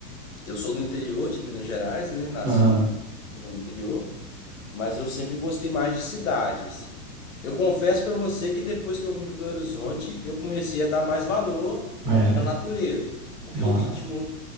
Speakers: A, on the left; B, on the right.
A: eu sou do interior de Minas Gerais, né? Nascido
B: aham.
A: no interior. Mas eu sempre gostei mais de cidade, assim. Eu confesso pra você que depois que eu vim para Belo Horizonte, eu comecei a dar mais valor
B: É,
A: pra natureza, porque
B: mas.
A: o ritmo